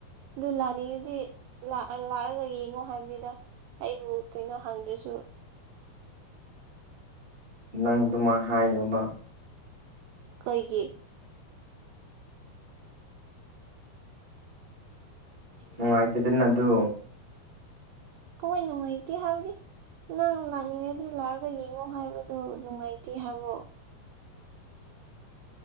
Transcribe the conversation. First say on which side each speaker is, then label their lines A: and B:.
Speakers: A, on the right; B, on the right.
A: ꯗꯨ ꯂꯥꯛꯅꯤꯡꯉꯥꯗꯤ ꯂꯥꯛꯑ -ꯂꯥꯛꯑꯒ ꯌꯦꯡꯉꯣ ꯍꯥꯏꯕꯅꯤꯗ ꯑꯩꯕꯨ ꯀꯩꯅꯣ ꯍꯪꯗ꯭ꯔꯁꯨ
B: ꯅꯪ ꯑꯗꯨꯃꯥꯏ ꯍꯥꯏꯅꯨꯕ
A: ꯀꯩꯒꯤ
B: ꯅꯨꯡꯉꯥꯏꯇꯦꯗꯅ ꯑꯗꯨ
A: ꯀꯃꯥꯏ ꯅꯨꯡꯉꯥꯏꯇꯦ ꯍꯥꯏꯕꯗꯤ ꯅꯪ ꯂꯥꯛꯅꯤꯡꯉꯗꯤ ꯂꯥꯛꯑꯒ ꯌꯦꯡꯉꯣ ꯍꯥꯏꯕꯗꯨ ꯅꯨꯡꯉꯥꯏꯇꯦ ꯍꯥꯏꯕ꯭ꯔꯣ